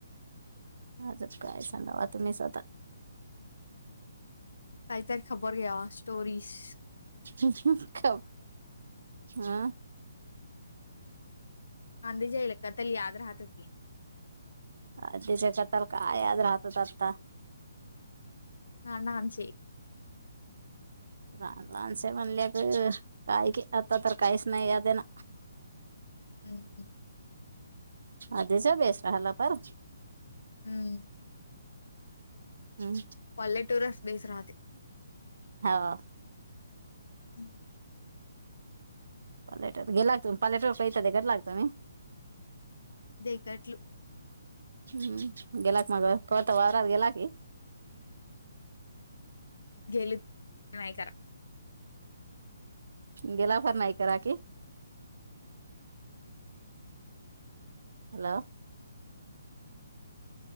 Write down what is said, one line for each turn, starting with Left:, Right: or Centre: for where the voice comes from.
Right: आता काय सांगावा तुम्ही स्वतः.
Left: काहीतर खबर घ्याव. स्टोरीस
Right: हं ह गप्प. ह.
Left: कांदे जेयले का. तले याद राहत होती.
Right: आदीच्या कायतर काय आज राहतच असतात.
Left: हा ना आमचे.
Right: लहान लहानसे म्हणले तर काय की आता तर काहीच नाही याद आहेना.
Left: हम्म हम्म.
Right: आधीच वेस राहिला का.
Left: हम्म.
Right: हम्.
Left: कॉलेट वरच बेस राहते.
Right: हाव.
Left: हम्.
Right: पलटत. गेला की, पलटत वर बिखर लागतो.
Left: दे काठी.
Right: हम्म. गेला की मग कवातर वावरावं गेला की.
Left: गेलीत नाही करा.
Right: गेला असाल नाही का Rakhi. Hello.